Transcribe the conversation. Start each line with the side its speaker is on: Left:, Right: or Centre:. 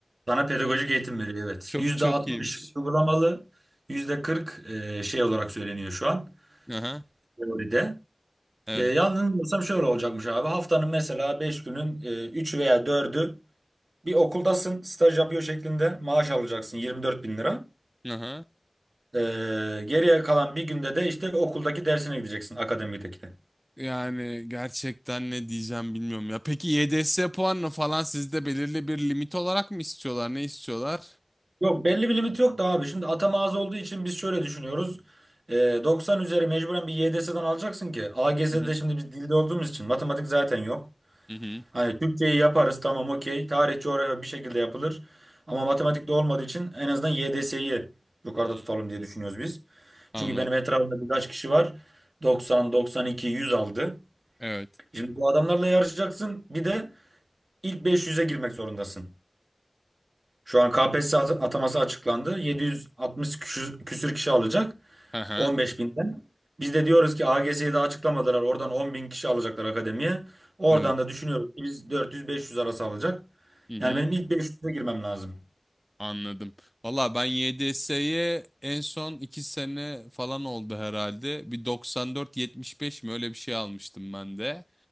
Right: Sana pedagojik
Centre: İyiymiş.
Right: eğitim veriyor evet.
Centre: Çok
Right: Yüzde
Centre: çok
Right: altmış
Centre: iyiymiş.
Right: uygulamalı, yüzde kırk e, şey olarak söyleniyor şu an
Centre: Aha,
Right: teoride.
Centre: evet.
Right: E, yanılmıyorsam şöyle olacakmış abi. Haftanın mesela 5 günün 3 veya dördü bir okuldasın, staj yapıyor şeklinde maaş alacaksın 24 bin lira.
Centre: Aha.
Right: E, geriye kalan bir günde de işte okuldaki dersine gideceksin, akademideki de.
Centre: Yani gerçekten ne diyeceğim bilmiyorum ya. Peki YDS puanını falan sizde belirli bir limit olarak mı istiyorlar? Ne istiyorlar?
Right: Yok belli bir limit yok da abi. Şimdi atama az olduğu için biz şöyle düşünüyoruz. E, 90 üzeri mecburen bir YDS'den alacaksın ki. AGS'de
Centre: Hı hı.
Right: şimdi biz dilde olduğumuz için matematik zaten yok.
Centre: Hı hı.
Right: Hani Türkçeyi yaparız tamam okey. Tarih, coğrafya bir şekilde yapılır. Ama matematikte olmadığı için en azından YDS'yi yukarıda
Centre: Hmm,
Right: tutalım diye düşünüyoruz biz.
Centre: Anladım.
Right: Çünkü benim etrafımda birkaç kişi var. 90, 92, 100 aldı.
Centre: Evet.
Right: Şimdi bu adamlarla yarışacaksın. Bir de ilk 500'e girmek zorundasın. Şu an KPSS at- ataması açıklandı. 760 küsür, küsür kişi alacak.
Centre: Hı hı.
Right: 15 binden. Biz de diyoruz ki AGS'yi daha açıklamadılar. Oradan 10 bin kişi alacaklar akademiye. Oradan
Centre: Evet.
Right: da düşünüyoruz ki biz 400-500 arası alacak.
Centre: Hı hı.
Right: Yani benim ilk 500'e girmem lazım.
Centre: Anladım. Valla ben 7S'ye en son 2 sene falan oldu herhalde. Bir 94-75 mi öyle bir şey almıştım ben de.